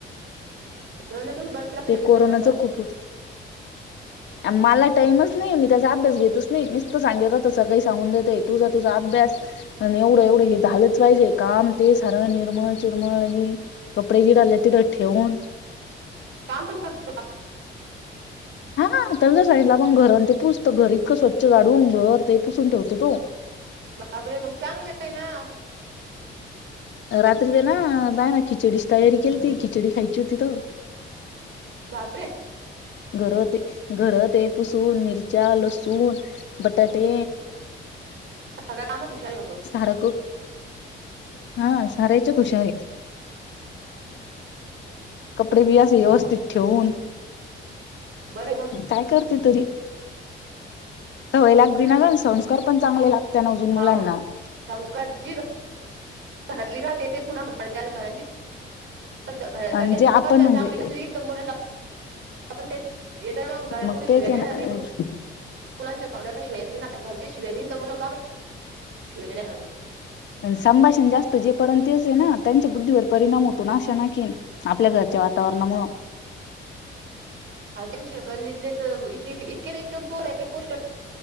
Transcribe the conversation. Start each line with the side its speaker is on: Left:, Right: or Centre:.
Right: <unintelligible> तुम्ही पण? लक्ष द्यायचं
Left: ते
Right: ना
Left: कोरोनाचं
Right: त्याच्यावर
Left: खूप हो --
Right: <inaudible>
Left: मला टामच नाही. मी त्याचा अभ्यास घेतच नाही. नुसतं सांगेल राहत सगळी सांगुन देते. तुझा तुझा अभ्यास- - एवढं एवढं हे झालंच पाहिजे. काम ते सार निरमळ चिरमळ हे कपडे <unintelligible> तेथं ठेवुन
Right: काम पण करत --
Left: हा ना. तर <unintelligible> सांगितलं मग घर आणि ते पुसतो. घर इतकं स्वच्छ झाडून घर ते पुसून ठेवतो तो.
Right: बापरे! मग चांगले हे ना.
Left: रात्री ते ना नाही ना खिचडीची तयारी केलती. खिचडी खायची होती तर.
Right: बापरे!
Left: घर ते, घर ते पुसून मिरच्या, लसुण -- बटाटे.
Right: सगळ्या कामात हुशार हैमतो.
Left: सारक. हा. साऱ्या हेच्यातय हुशार यं.
Right: हम्.
Left: कपडे बि असे व्यवस्थित ठेवुन.
Right: बरं मगं.
Left: काय करते तरी. सवय लागदी
Right: पण आहे.
Left: ना गं. संस्कार पण चांगले लाग- - त्यांन अजून
Right: हाव
Left: मुलानला.
Right: संस्कार जी घरातली राहते तेचं पुन्हा <unintelligible> त्या घरांची -- घरच्याचीचं
Left: आणि जे आपण
Right: पद्धत
Left: म्हणजे
Right: चांगली नसली तर मुलानला आपण तेचं येताना मगं घरा
Left: मग
Right: <unintelligible> शिव्या
Left: तेच
Right: देणार
Left: आहे ना
Right: नाही तु. मुलांच्या तोंड्या पण शिवा येत नाही ना. घरच्या शिव्या दिनं तर मुलं का <inaudible> शिव्या देणारं मगं.
Left: संभाषण जास्त जे परण तेच हेना. त्यांच्या बुद्धीवर परिणाम होतो नाशा अनखी --
Right: <unintelligible>
Left: आपल्या घरच्या वातावरण मूळ.
Right: आ तुमच्या कल्लीतले तर इ इतके एक पोर एक एक गोष्ट